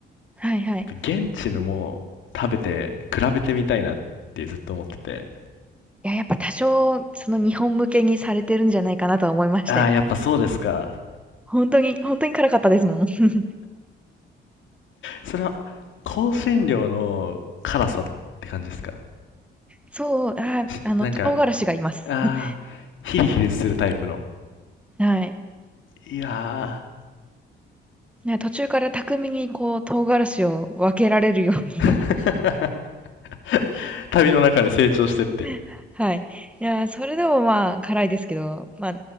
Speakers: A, in the centre; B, on the left (about 75°).
A: はいはい。
B: やっぱ現地のも食べて比べてみたいなってずっと思ってて。
A: いや、やっぱ多少、その日本向けにされてるんじゃないかなとは思いましたよ。
B: ああ、やっぱそうですか。
A: 本当に、本当に辛かったですもん。<laughs>
B: それは香辛料の辛さって感じですか
A: そう、あー、
B: しなんか、
A: あの、唐辛子がいます。
B: ああ、
A: <laughs>
B: ヒリヒリするタイプの。
A: はい。
B: いや
A: ね、途中から巧みにこう唐辛子を分けられるように。
B: ー <laughs> 旅の中で成長してって。
A: <laughs> はい。いやー、それでもまあ辛いですけど、まあ、